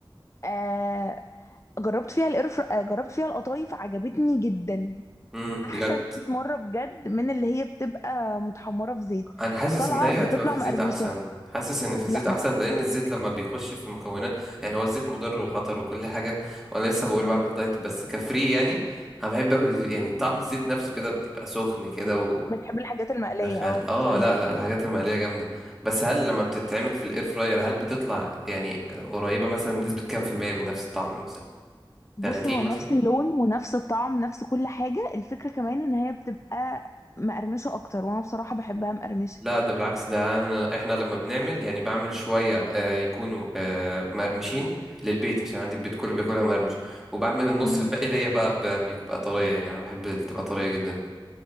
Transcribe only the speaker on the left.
آه جربت فيها القرف آه جربت فيها القطايف عجبتني جدا
احسن
100 مره بجد من اللي هي بتبقى متحمره في زيت
طالعه
بتطلع
مقرمشه
لا
مم.
بتحب الحاجات المقليه
اه
فاهمك
بص
هو نفس
اللون ونفس الطعم نفس كل حاجه الفكره كمان ان هي بتبقى مقرمشه اكتر وانا بصراحه بحبها مقرمشه
مم.